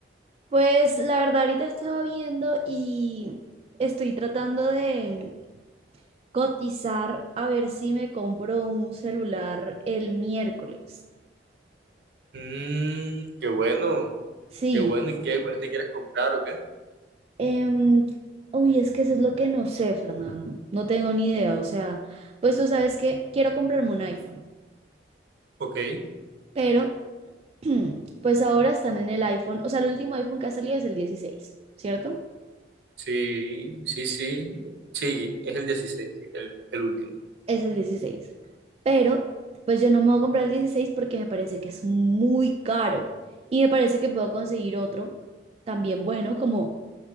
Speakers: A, on the right; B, on the right.
A: Pues la verdad, ahorita estaba viendo y estoy tratando de cotizar a ver si me compro un celular el miércoles.
B: Mmm, qué bueno.
A: Sí.
B: Qué bueno, ¿y qué? ¿Cuál te quieres comprar o qué?
A: Em, uy, es que eso es lo que no sé, Fernando. No tengo ni idea. O sea, pues tú sabes que quiero comprarme un iPhone,
B: Ok,
A: pero <clears throat> pues ahora están en el iPhone. O sea, el último iPhone que ha salido es el dieciséis ¿cierto?
B: sí, sí, sí, sí, es el dieciséis sí, el, el último.
A: Es el dieciséis Pero pues yo no me voy a comprar el 16 porque me parece que es muy caro y me parece que puedo conseguir otro también bueno, como